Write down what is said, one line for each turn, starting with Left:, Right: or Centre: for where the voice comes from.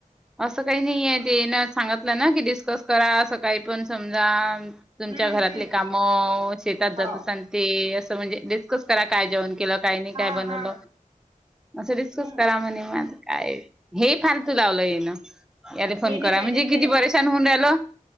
Centre: असं काही नाहीय ते न सांगितलं ना की डिस्कस करा असं काळी पण समजा तुमच्या
Right: हम्म
Centre: घरातले
Right: हम्म
Centre: काम शेतात
Right: हो
Centre: जात अस आणि ते असं म्हणजे कस करा काय जेण केलं काही नाही काय
Right: हा
Centre: बनवलं
Right: हा
Centre: असं डिस्कस
Right: हम्म
Centre: करा म्हणे मझ काय हे फालतू लावलं ये ना याला फोन
Right: हे नाही
Centre: करा
Right: पाहिजे
Centre: म्हणजे
Right: न
Centre: किती
Right: ते
Centre: परेशान होऊन राहिल